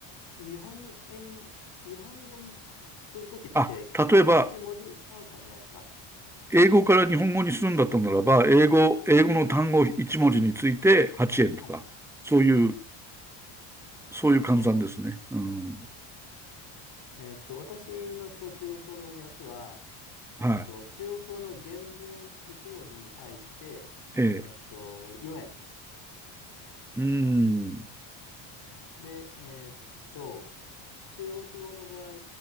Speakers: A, on the left; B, in the centre.
A: 日本円、日本語にす、するときって基本的に一文字換算じゃないですか。
B: あ、例えば、英語から日本語にするんだったならば、英語、英語の単語1文字について8円とか、
A: はい。
B: そういう、そういう換算ですね。
A: あ
B: うん。
A: あ、えっと、私のその中国語の訳は、
B: は
A: えっと、中国語の原文1文字に対して、
B: い。ええ。
A: えっと、4円。
B: うん。
A: で、えっと、中国語の場合、